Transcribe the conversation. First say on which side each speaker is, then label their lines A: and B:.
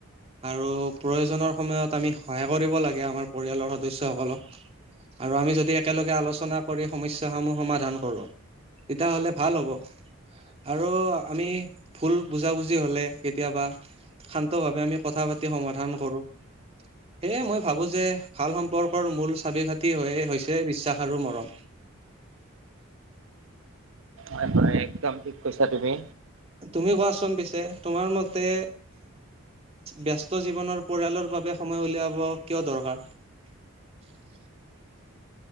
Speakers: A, on the right; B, on the right.
A: আৰু প্ৰয়োজনৰ সময়ত আমি সহায় কৰিব লাগে আমাৰ পৰিয়ালৰ সদস্যসকলক আৰু আমি যদি একেলগে আলোচনা কৰি সমস্যা সমূহ সমাধান কৰো তেতিয়াহ'লে ভাল হ'ব আৰু আমি ভুল বুজাবুজি হ'লে কেতিয়াবা শান্ত ভাৱে আমি কথা পাতি সমাধান কৰো সেয়ে মই ভাবো যে ভাল সম্পৰ্কৰ মূল চাবি কাঠি হৈ হৈছে বিশ্বাস আৰু মৰম <unintelligible> <inaudible>
B: হয় হয় একদম ঠিক কৈছা তুমি
A: তুমি কোৱাচোন পিছে তোমাৰ মতে ব্যস্ত জীৱনৰ পৰিয়ালৰ বাবে সময় উলিয়াব কিয় দৰকাৰ <unintelligible> <inaudible>